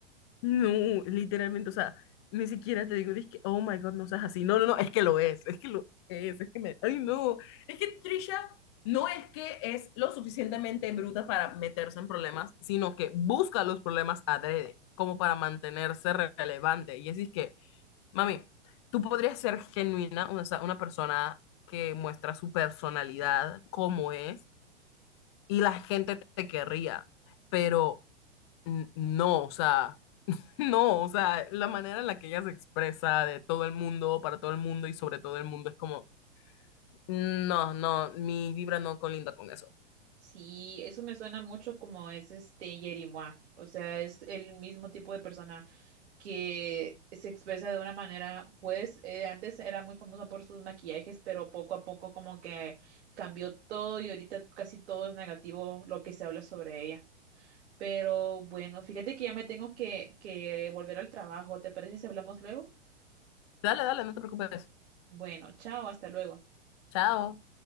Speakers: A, on the left (about 25°); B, on the right (about 60°).
A: No, literalmente, o sea, ni siquiera te digo, que oh my God, no seas así. No, no, no, es que lo es, es que lo es, es que me. Ay, no. Es que Trisha no es que es lo suficientemente bruta para meterse en problemas, sino que busca los problemas adrede, como para mantenerse re- relevante. Y así es que, mami, tú podrías ser genuina, o sea, una persona que muestra su personalidad como es, y la gente te querría, pero. n- No, o sea. No, o sea, la manera en la que ella se expresa de todo el mundo, para todo el mundo y sobre todo el mundo es como, no, no, mi vibra no colinda con eso.
B: Sí, eso me suena mucho como es este Yeri Mua. O sea, es el mismo tipo de persona que se expresa de una manera, pues eh, antes era muy famosa por sus maquillajes, pero poco a poco como que cambió todo y ahorita casi todo es negativo lo que se habla sobre ella. Pero bueno, fíjate que ya me tengo que, que volver al trabajo. ¿Te parece si hablamos luego?
A: Dale, dale, no te preocupes.
B: Bueno, chao, hasta luego.
A: Chao.